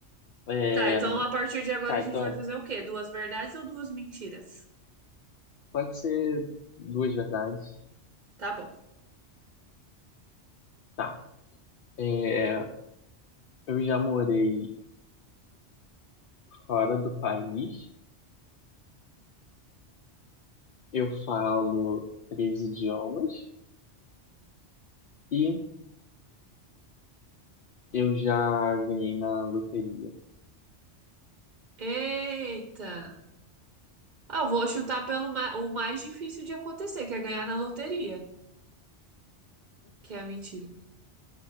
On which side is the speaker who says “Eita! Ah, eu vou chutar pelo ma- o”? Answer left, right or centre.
Right